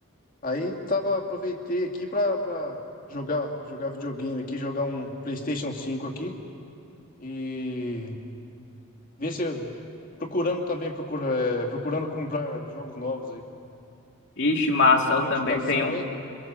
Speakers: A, on the left; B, on the left.
A: Aí tava aproveitei aqui pra, pra jogar, jogar videogame aqui, jogar um PlayStation cinco aqui e ver se eu- procurando também procura, é, procurando comprar jogos novos aí.
B: Ixi, massa,
A: Tem alguma
B: eu também
A: indicação
B: tenho,
A: aí?